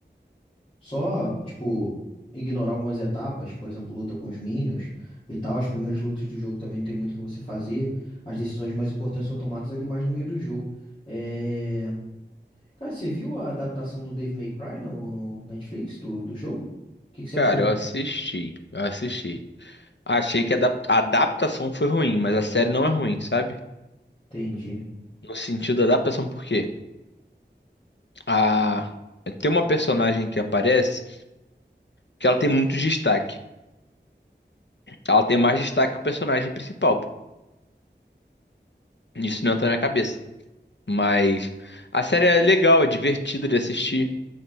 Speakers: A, on the left; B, on the left.
A: só, tipo, ignorar algumas etapas, por exemplo, luta com os minions e tal. As primeiras lutas do jogo também não tem muito o que você fazer. As decisões mais importantes são tomadas ali mais no meio do jogo. É... Cara, você viu a adaptação do Dave May Cry no, no Netflix do, do jogo? O que que você achou?
B: Cara, eu assisti, eu assisti. Achei que a adap- a adaptação foi ruim, mas a série não é ruim, sabe?
A: Entendi.
B: No sentido da adaptação, por quê? A... Tem uma personagem que aparece que ela tem muito destaque. Ela tem mais destaque que o personagem principal. Isso não entra na minha cabeça. Mas a série é legal, é divertida de assistir.